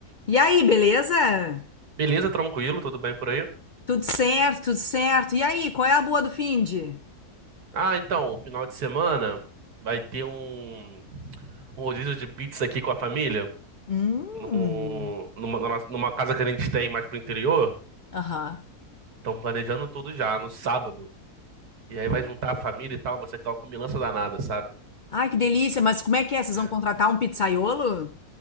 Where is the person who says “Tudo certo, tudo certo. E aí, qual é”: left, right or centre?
Left